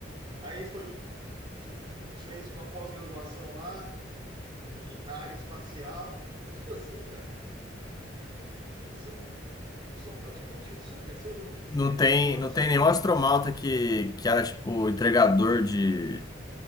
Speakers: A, on the right; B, on the left.
A: aí foi, fe- fez uma pós-graduação lá, em- na área espacial. É tudo assim, cara. São, são praticamente super seres, seres
B: Não tem,
A: humanos,
B: não tem
A: que
B: nenhum astronauta que, que era, tipo, entregador de,